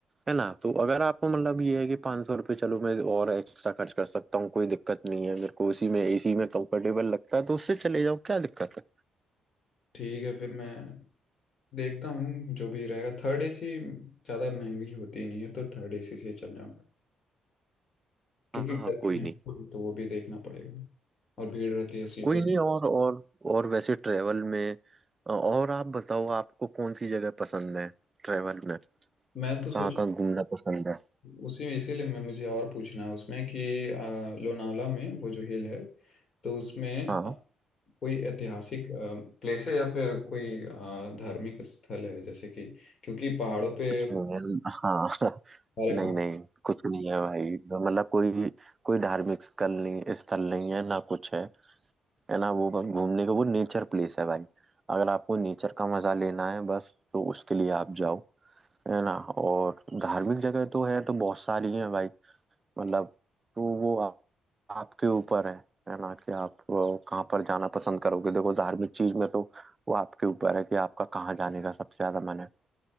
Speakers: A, on the right; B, on the left.
A: है ना तो अगर आपको मतलब ये है कि पाँच सौ रुपये चलो मैं और एक्स्ट्रा खर्च कर सकता हूँ कोई दिक्कत नहीं है मेरे को उसी में एसी में कंफर्टेबल लगता है तो उससे चले जाओ क्या दिक्कत है
B: ठीक है फिर मैं देखता हूँ जो भी रहेगा थर्ड एसी ज़्यादा महंगी होती नहीं है तो थर्ड एसी से ही चल जाऊंगा क्योंकि
A: हाँ
B: गर्मी
A: हाँ कोई
B: है ना,
A: नहीं
B: तो वो भी देखना पड़ेगा और भीड़ रहती है स्लीपर
A: कोई नहीं और और और वैसे ट्रेवल में अ, और आप बताओ आपको कौन सी जगह पसंद है ट्रेवल में
B: मैं तो सोच
A: कहाँ कहाँ घूमना पसंद है
B: उसी इसीलिए मैं मुझे और पूछना है उसमें कि आ, लोनावला में वो जो हिल है तो उसमें
A: हाँ
B: कोई ऐतिहासिक प्लेस है या फिर कोई अ, धार्मिक स्थल है जैसे कि क्योंकि पहाड़ों पे
A: कुछ नहीं है हाँ <laughs>
B: सारे
A: नहीं
B: पहाड़
A: नहीं कुछ नहीं है भाई मतलब कोई कोई धार्मिक स्थल नहीं स्थल नहीं है ना कुछ है है ना वो बस घूमने का वो नेचर प्लेस है भाई अगर आपको नेचर का मजा लेना है बस तो उसके लिए आप जाओ है ना और धार्मिक जगह तो है तो बहुत सारी है भाई मतलब तो वो आपके ऊपर है है ना कि आप वो कहाँ पर जाना पसंद करोगे देखो धार्मिक चीज में तो वो आपके ऊपर है कि आपका कहाँ जाने का सबसे ज्यादा मन है